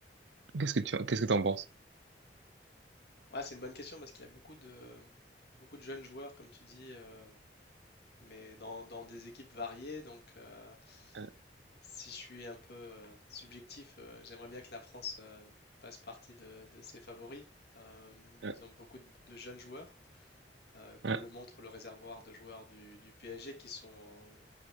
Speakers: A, on the right; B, on the left.
A: Qu'est-ce que tu, qu'est-ce que t'en penses?
B: Ouais, c'est une bonne question parce qu'il y a beaucoup de, beaucoup de jeunes joueurs, comme tu dis, euh, mais dans, dans des équipes variées. Donc, euh,
A: Euh,
B: si je suis un peu euh, subjectif, euh, j'aimerais bien que la France euh, fasse partie de, de ses favoris. Euh,
A: euh,
B: ils ont beaucoup de, de jeunes joueurs, euh, comme
A: Ouais,
B: le montre le réservoir de joueurs du, du PSG qui sont euh,